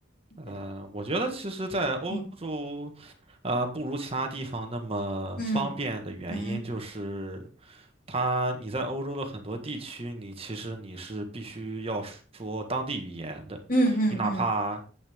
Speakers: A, on the right; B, on the left.
A: 呃，
B: 对，
A: 我觉得其实，在欧洲，
B: 嗯
A: 呃，不如其他地方那么方便的原因，
B: 嗯嗯
A: 就是它你在欧洲的很多地区，你其实你是必须要说当地语言的，
B: 嗯嗯嗯
A: 你哪怕